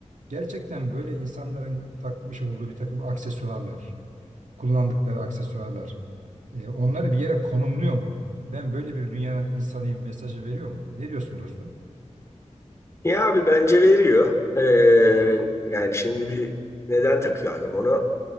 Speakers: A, on the right; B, on the left.
A: Gerçekten böyle insanların takmış olduğu bir takım aksesuarlar, kullandıkları aksesuarlar, e, onları bir yere konumluyor mu? Ben böyle bir dünyanın insanıyım mesajı veriyor mu? Ne diyorsun dostum?
B: Ya abi bence veriyor. Ee, yani şimdi bir neden takıyor adam onu?